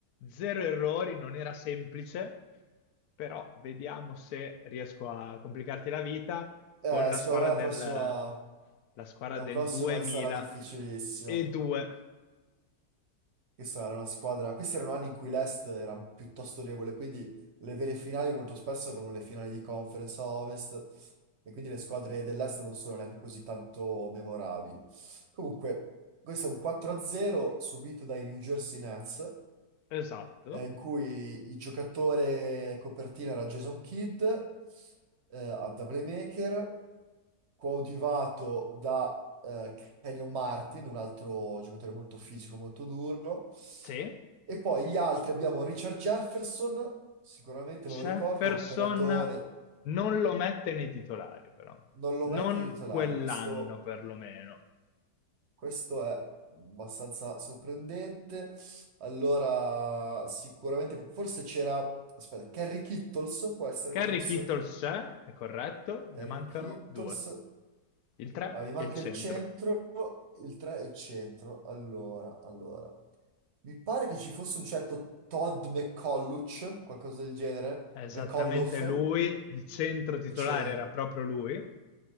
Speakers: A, on the left; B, on the right.
A: zero errori, non era semplice, però vediamo se riesco a complicarti la vita
B: Eh,
A: con la
B: secondo
A: squadra
B: me la
A: del,
B: prossima,
A: la squadra
B: la
A: del
B: prossima
A: 2002,
B: sarà difficilissima. Questa era una squadra. Questi erano anni in cui l'Est era piuttosto debole, quindi le vere finali molto spesso erano le finali di conference a Ovest, e quindi le squadre dell'Est non sono neanche così tanto memorabili. Comunque, questo è un 4-0 subito dai New Jersey Nets.
A: esatto,
B: eh, in cui il giocatore copertina era Jason Kidd, eh, da playmaker, coadiuvato da eh, Kenyon Martin, un altro giocatore molto fisico, molto duro.
A: sì,
B: E poi gli altri abbiamo Richard Jefferson, sicuramente
A: Jefferson
B: me lo ricordo, Penatone,
A: non lo mette nei titolari però,
B: non lo
A: non
B: mette nei titolari,
A: quell'anno
B: questo,
A: perlomeno.
B: questo è abbastanza sorprendente. Allora, sicuramente, forse c'era... Aspetta, Kerry Kittles può essere
A: Kerry
B: che fosse?
A: Kittle c'è, è corretto,
B: Henry
A: ne mancano
B: Kittles.
A: due, il 3
B: Ah, mi manca
A: e il centro.
B: il centro, il 3 e il centro. Allora, allora. Mi pare che ci fosse un certo Todd McColluch, qualcosa del genere.
A: È esattamente
B: McCollough,
A: lui, il centro titolare
B: il ce-
A: era proprio lui,